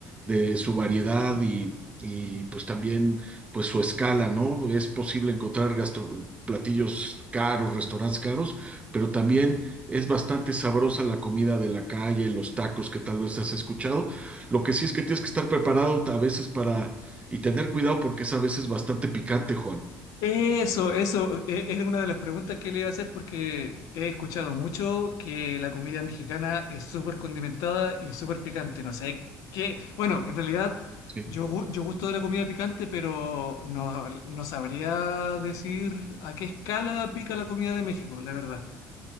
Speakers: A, on the right (about 20°); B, on the left (about 70°).
A: de su variedad y, y, pues también pues su escala, ¿no? Es posible encontrar gastro- platillos caros, restaurantes caros, pero también es bastante sabrosa la comida de la calle, los tacos que tal vez has escuchado. Lo que sí es que tienes que estar preparado a veces para y tener cuidado porque es a veces bastante picante, Juan.
B: Eso, eso, e- era una de las preguntas que le iba a hacer porque he escuchado mucho que la comida mexicana es súper condimentada y súper picante. No sé qué. Bueno, en realidad
A: Sí.
B: yo, gu- yo gusto de la comida picante, pero no, no sabría decir a qué escala pica la comida de México, la verdad.